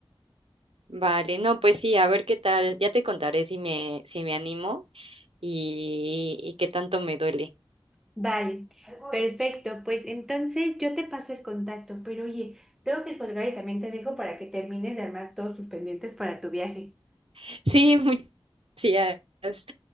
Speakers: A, on the right; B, in the centre.
A: Vale, no, pues sí, a ver qué tal. Ya te contaré si me, si me animo y, y qué tanto me duele.
B: Vale, perfecto. Pues entonces yo te paso el contacto, pero oye, tengo que colgar y también te dejo para que termines de armar todos tus pendientes para tu viaje.
A: <laughs> Sí, muchas gracias.